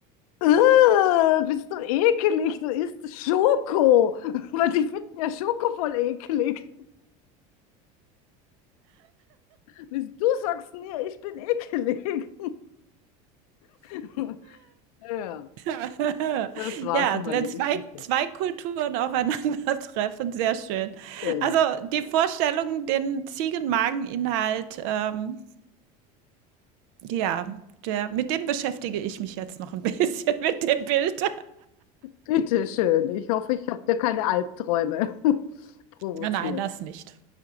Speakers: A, on the left (about 85°); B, on the right (about 70°).
A: Äh, bist du ekelig, du isst Schoko. <laughs> Weil die finden ja Schoko voll ekelig. Bis du sagst mir, ich bin ekelig. <laughs> Ja,
B: <laughs>
A: das war
B: Ja,
A: so meine
B: wenn zwei
A: Geschichte.
B: zwei Kulturen aufeinandertreffen, sehr schön.
A: Genau.
B: Also, die Vorstellung, den Ziegenmageninhalt, ähm, ja, der mit dem beschäftige ich mich jetzt noch ein bisschen <laughs> mit dem Bild.
A: Bitte schön. Ich hoffe, ich habe dir keine Albträume <laughs> provoziert.
B: Nein, das nicht.